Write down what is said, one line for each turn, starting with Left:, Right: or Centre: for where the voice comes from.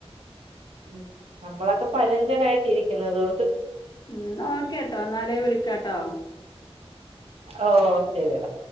Right: ഉ നമ്മളൊക്കെ പഴഞ്ചനായിട്ട് ഇരിക്കുന്ന അതുകൊണ്ട്
Left: ഉം ഓക്കെട്ടോ നാലേ വിളിക്കാട്ടോ
Right: ഓ ശരിയടാ